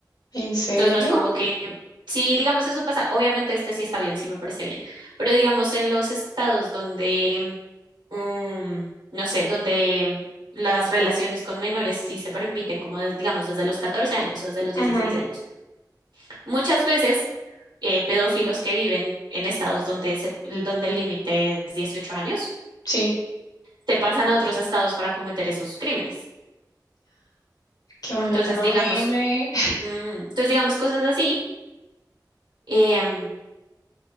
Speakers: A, on the left (about 65°); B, on the right (about 85°).
A: ¿En serio?
B: Entonces no es como que si digamos eso pasa, obviamente este sí está bien, sí me parece bien, pero digamos en los estados donde, mm, no sé, donde las relaciones con menores sí se permiten, como des- digamos desde los 14 años o desde los dieciséis
A: Ujú,
B: años. Muchas veces eh, pedófilos que viven en estados donde, se- donde el límite es 18 años,
A: Sí,
B: se pasan a otros estados para cometer esos crímenes.
A: qué
B: Entonces,
A: bueno, tan
B: digamos,
A: horrible.
B: mm, entonces digamos cosas así. em,